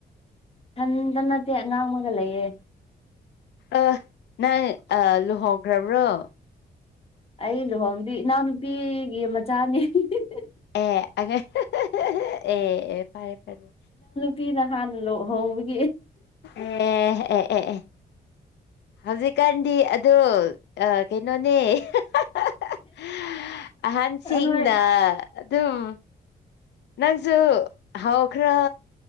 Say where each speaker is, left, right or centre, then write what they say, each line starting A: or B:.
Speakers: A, on the left; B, on the left.
A: ꯏꯊꯟꯇ ꯅꯠꯇꯦ ꯑꯉꯥꯡꯃꯒ ꯂꯩꯌꯦ
B: ꯑ ꯅꯪ ꯑ ꯂꯨꯍꯣꯡꯈ꯭ꯔꯕ꯭ꯔꯣ
A: ꯑꯩ ꯂꯨꯍꯣꯡꯗ꯭ꯔꯤ ꯏꯅꯥꯎꯅꯨꯄꯤꯒꯤ ꯃꯆꯥꯅꯤ <unintelligible>
B: ꯑꯦ <unintelligible> ꯑꯦ ꯐꯔꯦ ꯐꯔꯦ
A: ꯄꯤꯅ ꯍꯥꯟꯅ ꯂꯍꯣꯡꯕꯒꯤ
B: ꯑꯦ ꯑꯦ ꯑꯦ ꯑꯦ ꯍꯧꯖꯤꯛꯀꯥꯟꯗꯤ ꯑꯗꯣ ꯀꯩꯅꯣꯅꯦ <unintelligible> ꯑꯍꯟꯁꯤꯡꯅ
A: ꯑꯍꯣꯏ
B: ꯑꯗꯨꯝ ꯅꯪꯁꯨ ꯍꯎꯈ꯭ꯔꯣ